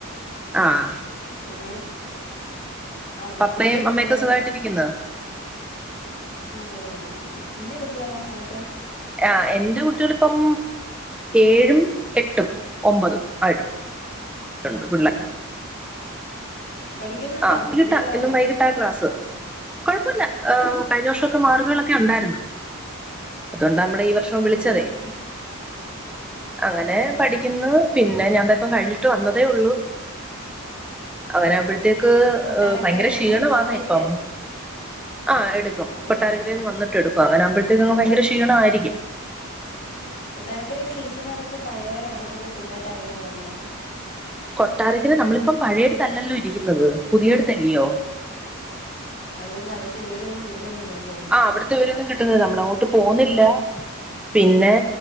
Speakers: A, in the centre; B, on the left.
A: ആഹ്
B: പിന്നെ, ആഹ്
A: പപ്പയും
B: നിന്റെ കുട്ടികളോ?
A: അമ്മയൊക്കെ സുഖമായിട്ടിരിക്കുന്ന
B: ആ സുഖം വേണ്ടിരിക്കുന്നു, നിന്റെ കുട്ടികാളോ അവിടുത്തെ?
A: ഏഹാ എന്റെ കുട്ടികളിപ്പം ഏഴും എട്ടും ഒമ്പതും ആയിട്ട് രണ്ട് പിള്ള
B: ആ പഠിക്കുന്നുണ്ടോ
A: ആഹ് <unintelligible>
B: മിടുക്കരാണോ
A: എന്നും വൈ ട്ടാ ക്ലാസ് കെഴപ്പല്ല ഏഹ് കഴിഞ്ഞ വർഷക്കെ മാർകുകളെക്കെ ഉണ്ടായിരുന്ന്. അതുകൊണ്ടാ നമ്മൾ ഈ വർഷം വിളിച്ചതേ
B: ആ ഇപ്പം
A: അങ്ങനെ
B: ആഹ്
A: പഠിക്കുന്നു
B: ആഹ്
A: പിന്നെ ഞാൻ ഇപ്പം കഴിഞ്ഞിട്ട് വന്നതേ ഉള്ളൂ. അങ്ങനെവുമ്പ യക്ക്
B: കൊട്ടാരക്കരേന്ന്
A: ഹ് ഭയങ്കര ക്ഷീണവാന്നേ
B: വന്നിട്ട്
A: ഇപ്പം
B: ഓ
A: ആഹ് എടുക്കും
B: അങ്ങനെയാണല്ലേ
A: കെട്ടാരക്കരന്ന് വ ട്ട് എടുക്കും അങ്ങനകുമ്പഴത്തേക്ക് ഭയങ്കരാ ക്ഷീണമായിരിക്കും.
B: കൊട്ടാരക്കരല്ലെ ടീച്ചർമാരൊക്കെ പഴയവരാണോ അതോ പുതുതായിട്ട് ആരങ്കിൽ വന്നോ?
A: കൊട്ടാരക്കനമ്മളിപ്പം പഴയടുത്തല്ലല്ലോ ഇരിക്കുന്നത് പുതിയടുത്തല്ലയോ
B: അതുകൊണ്ട് അവിടുത്തെ വിവരമൊന്നും കിട്ടുന്നില്ല ല്ലേ?
A: ആ അവിടുത്തെവിവരം രൊന്നും കിട്ടുന്നില്ല നമ്മള അങ്ങോട്ട് പോകുന്നില്ല. പിന്നെ